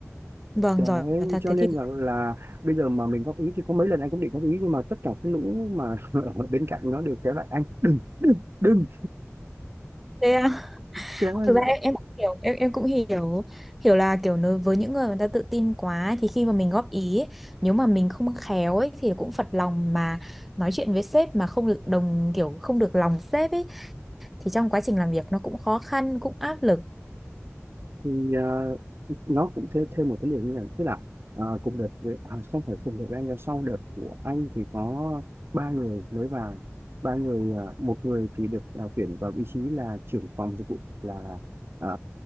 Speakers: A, in the centre; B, on the right.
A: vâng
B: đấy
A: giỏi thật
B: cho
A: thế
B: nên
A: thì
B: là là bây giờ mà mình góp ý thì có mấy lần anh cũng định góp ý nhưng mà tất cả cái lũ mà <laughs> ở bên cạnh nó đều kéo lại anh đừng đừng
A: thế à,
B: kéo anh
A: thực ra em, em cũng hiểu em em cũng hiểu hiểu là kiểu nếu với những người người ta tự tin quá ấy, thì khi mà mình góp ý ấy, nếu mà mình không khéo ấy thì cũng phật lòng mà nói chuyện với sếp mà không được đồng kiểu không được lòng sếp ấy thì trong quá trình làm việc nó cũng khó khăn cũng áp lực
B: thì ờ, nó cũng thêm thêm một cái điều như này tức là ờ, cùng đợt với, à, không phải cùng đợt với anh nhưng sau đợt của anh thì có ba người mới vào ba người ờ, một người thì được ờ, tuyển vào vị trí là trưởng phòng dịch vụ là ờ,